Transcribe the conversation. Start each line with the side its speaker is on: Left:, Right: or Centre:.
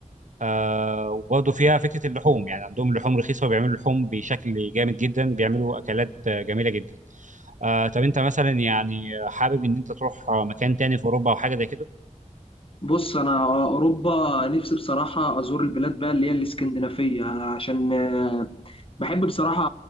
Right: آه وبرضه فيها فكره اللحوم يعني عندهم لحوم رخيصه وبيعملوا لحوم بشكل جامد جدا بيعملوا اكلات آه، جميله جدا آه طب انت مثلا يعني حابب ان انت تروح آه، مكان تاني في اوروبا او حاجه زي كده
Left: بص انا اوروبا نفسي بصراحة ازور البلاد بقى اللي هي الاسكندنافية عشان آه، بحب بصراحة